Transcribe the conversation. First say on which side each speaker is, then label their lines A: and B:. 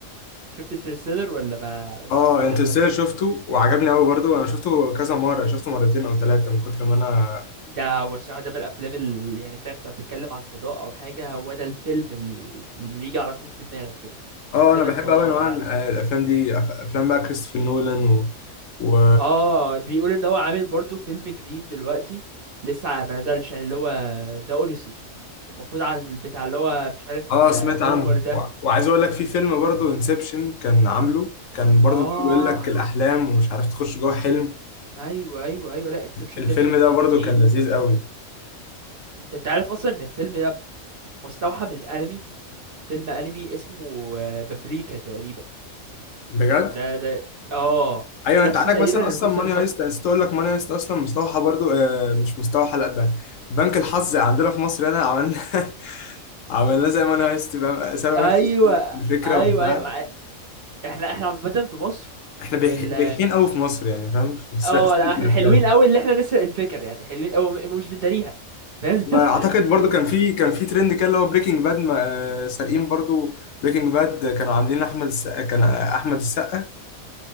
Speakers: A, on the right (about 50°); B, on the left (about 70°).
A: شفت انترستيلر ولا ما ما شفتوش
B: اه
A: ده
B: انترستيلر شفته وعجبني قوي برضو انا شفته كذا مره شفته مرتين او ثلاثه من كتر ما انا
A: ده هو الصراحة ده من الأفلام اللي يعني فاهم أنت هتتكلم عن فضاء أو حاجة هو ده الفيلم ال- اللي يجي على طول في دماغك كده
B: اه
A: أفلام
B: انا بحب
A: الفضاء
B: قوي انواع
A: يعني
B: الافلام دي أف- افلام بقى كريستوفر نولان و... و...
A: اه بيقول إن هو عامل برضو فيلم جديد دلوقتي لسه ما نزلش يعني اللي هو ذا أوديسي المفروض عن بتاع اللي هو مش عارف
B: اه
A: آه،
B: سمعت
A: هومر
B: عنه
A: ده
B: و... وعايز اقول لك في فيلم برضو انسبشن كان عامله كان برضو
A: اه
B: اللي هو بيقول لك الاحلام ومش عارف تخش جوه حلم
A: أيوه أيوه أيوه لأ انسبشن
B: الفيلم
A: ده كان
B: ده
A: كان
B: برضو
A: تقيل
B: كان لذيذ قوي
A: أنت أنت عارف أصلا إن الفيلم ده مستوحى من أنمي فيلم أنمي اسمه بابريكا تقريبا
B: بجد
A: كان ده ده اه
B: ايوه
A: نفس
B: انت عندك
A: تقريبا
B: مثلا اصلا
A: القصه
B: ماني
A: بالظبط
B: هايست انا نسيت اقول لك ماني هايست اصلا مستوحى برضو آه مش مستوحى لا ده بنك الحظ عندنا في مصر هنا عملنا <laughs> عملناه زي ماني هايست فاهم سألوا
A: ايوه
B: نفس الفكرة
A: ايوه
B: وبتاع
A: ايوه أيوه. احنا احنا عامه في مصر
B: احنا بيح-
A: ال
B: بيحين قوي في مصر يعني فاهم في سرقة
A: اه
B: سرقة
A: لا احنا
B: الافلام
A: حلوين قوي اللي احنا نسرق الفكر يعني حلوين قوي مش بنداريها فاهم
B: واعتقد
A: <laughs>
B: برضو كان في كان في ترند كده اللي هو بريكنج باد ما- آه، سارقين برضو بريكنج باد كانوا عاملين احمد السقا كان آه، احمد السقا